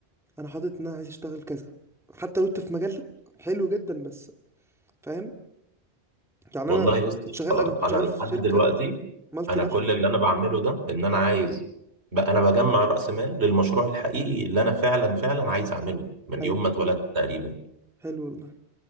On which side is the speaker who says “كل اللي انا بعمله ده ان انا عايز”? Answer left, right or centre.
Right